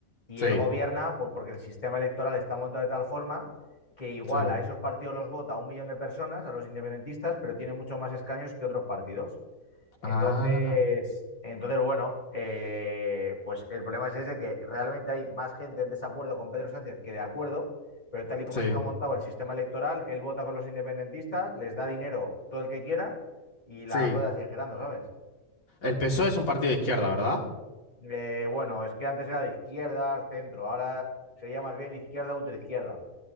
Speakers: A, on the left (about 30°); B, on the left (about 75°).
A: y
B: Sí.
A: él gobierna pues, porque el sistema electoral está montado de tal forma que igual
B: Sí.
A: a esos partidos los vota un millón de personas, a los independentistas, pero tiene mucho más escaños que otros partidos. Entonces,
B: Ah,
A: entonces bueno, eh, pues el problema es ese, que realmente hay más gente en desacuerdo con Pedro Sánchez que de acuerdo, pero tal y como
B: sí,
A: está montado el sistema electoral, él vota con los independentistas, les da dinero todo el que quieran y la
B: sí.
A: rueda sigue girando, ¿sabes?
B: El PSOE es un partido de izquierda, ¿verdad?
A: Eh, bueno, es que antes era de izquierdas, centro, ahora sería más bien izquierda, ultraizquierda.